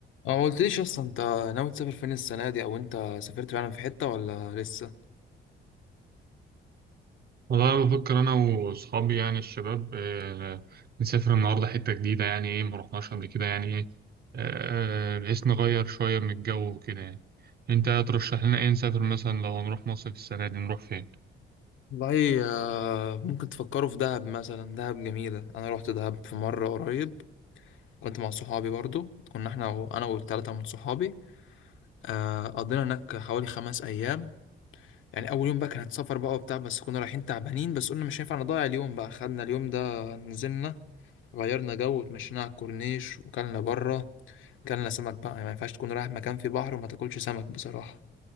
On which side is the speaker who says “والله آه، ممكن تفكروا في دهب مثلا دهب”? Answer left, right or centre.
Left